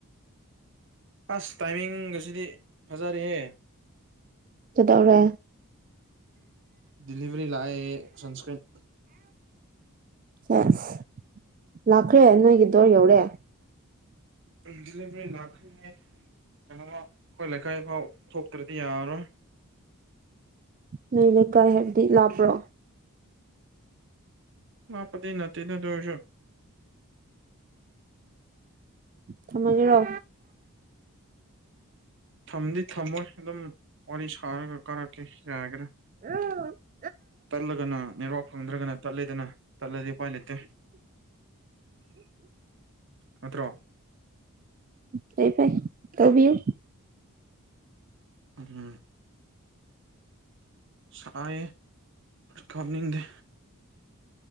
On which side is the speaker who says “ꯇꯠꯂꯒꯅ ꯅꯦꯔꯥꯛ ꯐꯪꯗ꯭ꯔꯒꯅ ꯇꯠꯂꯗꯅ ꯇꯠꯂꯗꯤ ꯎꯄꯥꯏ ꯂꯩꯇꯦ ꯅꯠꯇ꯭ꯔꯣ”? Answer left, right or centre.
Right